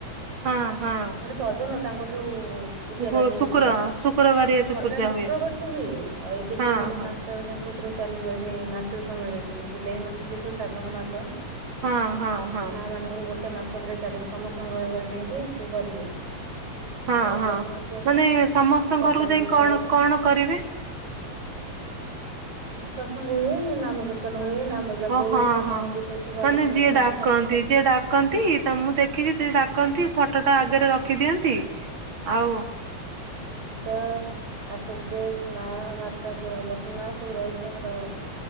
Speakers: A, on the right; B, on the right.
A: ହଁ ହଁ।
B: ମାନେ ପର୍ବ ନୁହେଁ ତାଙ୍କର ଯୋଉ ପୂଜା
A: ଗୋ
B: ଟା ରୁହେ
A: ଶୁକ୍ର
B: ଯଉ
A: ଶୁକ୍ରବାରିଆ ଯୋଉ
B: ହଁ
A: ପୂଜା
B: ନା ଶୁକ୍ରବାର
A: ହୁଏ
B: ତ ହୁଏ। ଆଉ ଏବେ
A: ହଁ
B: ତ ଏଇ ଗୋଟେ
A: ହଁ
B: ମାସ ଯା ଙ୍କ ପୁରା ଚାଲିବ ଏବେ ମାତୃ ସମ୍ମିଳନୀ। ଜୁଲାଇ ମାସ ଯେହେତୁ ଶ୍ରାବଣ ମାସ
A: ହଁ ହଁ ହଁ
B: ମା ମାନଙ୍କର ଗୋଟେ ମାସ ପୁରା ଚାଲିବ। ସମସ୍ତଙ୍କ ଘର ଘରେ ଯାଇଁକି ସେ କରିବେ
A: ହଁ
B: ଆଉ ଅଗଷ୍ଟ
A: ହଁ।
B: ମାସ ହେଲେ
A: ମାନେ ସମସ୍ତଙ୍କ
B: ଦାଦା
A: ଘରକୁ
B: ମାନଙ୍କର
A: ଯାଇ କଣ
B: ହବ
A: କଣ କରିବେ?
B: ସତ୍ସଙ୍ଗ ହୁଏ ନାମ କୀର୍ତ୍ତନ ହୁଏ। ନାମ ଜପ
A: ଓ
B: ହୁଏ
A: ହଁ
B: ଠାକୁରଙ୍କ
A: ହଁ।
B: ବିଷୟରେ ସବୁ ଆଲୋଚନା
A: ମାନେ ଯିଏ
B: ହୁଅନ୍ତି
A: ଡାକନ୍ତି
B: ଠାକୁର କେମତି
A: ଯିଏ ଡାକନ୍ତି ତ ମୁଁ ଦେଖିଛି ଯିଏ ଡାକନ୍ତି ଫଟୋ ଟା ଆଗରେ ରଖିଦିଅନ୍ତି। ଆଉ
B: <unintelligible> <unintelligible> ମା ମାତା ଯୋଉ ଲକ୍ଷ୍ମୀ ମା ସବୁ ରହିକି ଆମର